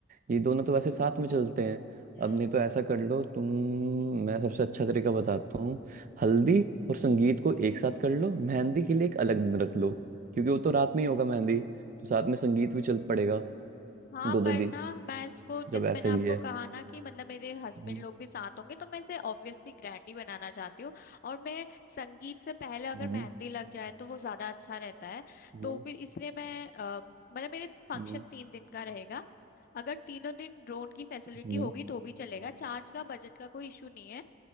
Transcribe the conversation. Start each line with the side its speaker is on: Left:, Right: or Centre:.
Right: ये दोनों तो वैसे साथ में चलते हैं
Left: हम्म
Right: अब नहीं तो ऐसा कर लो तुम मैं सबसे अच्छा तरीका बताता हूँ हल्दी और संगीत
Left: हम्म।
Right: को एक साथ कर लो मेहंदी के लिए एक अलग दिन रख लो क्योंकि वो तो रात में ही होगा मेहंदी तो साथ में संगीत भी चल पड़ेगा
Left: हाँ
Right: दोनों
Left: पर
Right: दिन
Left: ना मैं इसको
Right: जब
Left: जैसे
Right: ऐसा
Left: मैंने आपको
Right: ही है
Left: कहा ना कि मतलब मेरे हस्बैंड
Right: हम्म।
Left: लोग भी साथ होंगे तो मैं इसे ऑब्वियसली ग्रैंड ही बनाना चाहती हूँ और मैं संगीत से पहले अगर
Right: हम्म
Left: मेहंदी लग जाए तो वो ज्यादा अच्छा रहता है
Right: हम्म
Left: तो फिर इसलिए मैं अ, मतलब मेरे फंक्शन
Right: हम्म
Left: तीन दिन का रहेगा अगर तीनों दिन ड्रोन की फैसिलिटी
Right: हम्म
Left: होगी तो भी चलेगा चार्ज का बजट का कोई इशू नहीं है